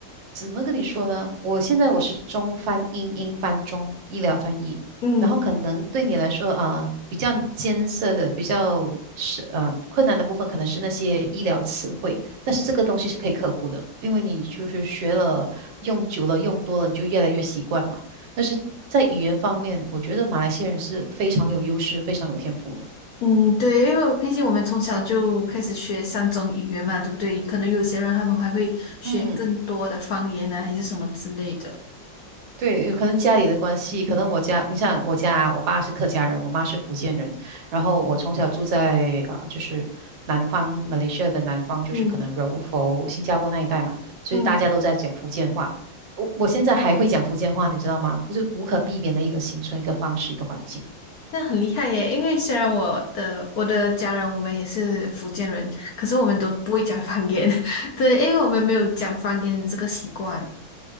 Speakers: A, on the right; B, on the left.
A: 怎么跟你说呢？我现在我是中翻英，英翻中，医疗翻译，
B: 嗯
A: 然后可能对你来说啊、比较艰涩的、比较是呃困难的部分，可能是那些医疗词汇。但是这个东西是可以克服的，因为你就是学了，用久了，用多了，你就越来越习惯嘛。但是在语言方面，我觉得马来西亚人是非常有优势、非常有天赋的。
B: 嗯，对，因为毕竟我们从小就开始学三种语言嘛，对不对？可能有些人他们还会学更多的方言啊，
A: 嗯
B: 还是什么之类的。
A: 对，有可能家里的关系，可能我家，你像我家，我爸是客家人，我妈是福建人，然后我从小住在啊、呃就是南方，马来西亚的南方，就是可能柔佛、
B: 嗯
A: 新加坡那一带嘛，所以大家都在讲福建话。
B: 嗯。
A: 我我现在还会讲福建话，你知道吗？不是无可避免的一个形成一个方式，一个环境。
B: 那很厉害耶，因为虽然我的我的家人我们也是福建人，可是我们都不会讲方言，<laughs> 对，因为我们没有讲方言的这个习惯。